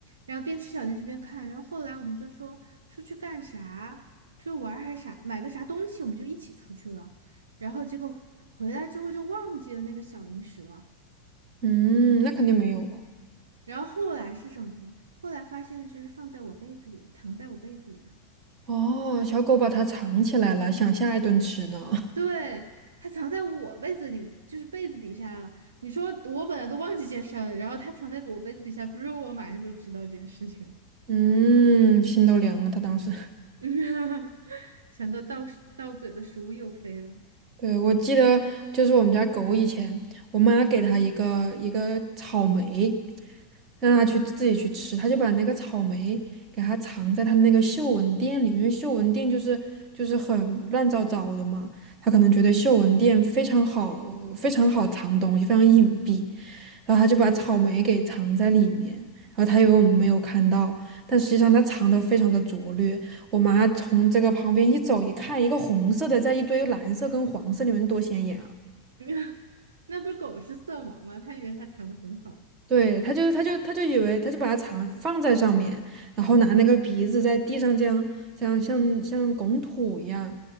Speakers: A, on the right; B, on the right.
A: 然后边吃小零食边看，然后后来我们就说出去干啥，出去玩儿还是啥，买个啥东西，我们就一起出去了，然后结果回回来之后就忘记了那个小零食了，
B: 嗯，那肯定没有了。
A: 然后后来是什么呢？后来发现就是放在我被子里，藏在我被子里了。
B: 哦，小狗把它藏起来了，想下一顿吃呢。
A: 对，
B: <laughs>
A: 它藏在我被子里，就是被子底下了。你说我本来都忘记健身了，然后它藏在我被子底下，不是我马上就知道这件事情。
B: 嗯，心都凉了。它当时，
A: <laughs> 想到到到嘴的食物又飞了，
B: <laughs> 对，我记得就是我们家狗以前，我妈给它一个一个草莓，让他去自己去吃，他就把那个草莓给它藏在他那个嗅闻垫里面，因为嗅闻垫就是就是很乱糟糟的嘛，他可能觉得嗅闻垫非常好，非常好藏东西，非常隐蔽，然后他就把草莓给藏在里面，然后他以为我们没有看到，但实际上他藏得非常的拙劣，我妈从这个旁边一走一看，一个红色的在一堆蓝色跟黄色里面多显眼啊！
A: <laughs> 那不是狗是色盲吗？它以为它藏得很好，
B: 对，他就他就他就以为他就把它藏放在上面，然后拿那个鼻子在地上这样这样像像拱土一样，